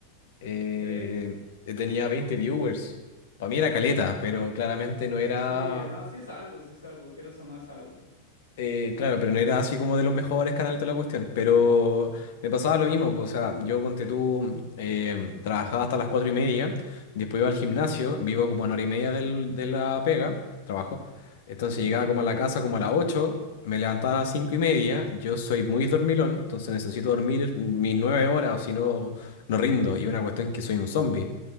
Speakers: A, on the left; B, on the left.
A: eh,
B: Ok,
A: tenía 20 viewers. Para mí era caleta, pero claramente no era.
B: sí, no, sí es algo, sí es algo, quieras o no es algo.
A: Eh, claro, pero no era así como de los mejores canales de la cuestión, pero me pasaba lo mismo, pues, o sea, yo ponte tú, em, trabajaba hasta las cuatro y media, después iba al gimnasio, vivo como a una hora y media del- de la pega, trabajo, entonces
B: Sí,
A: llegaba como a la casa como a las ocho, me levantaba a las cinco y media, yo soy muy dormilón, entonces necesito dormir mis nueve horas o si no, no rindo, y una cuestión que soy un zombie,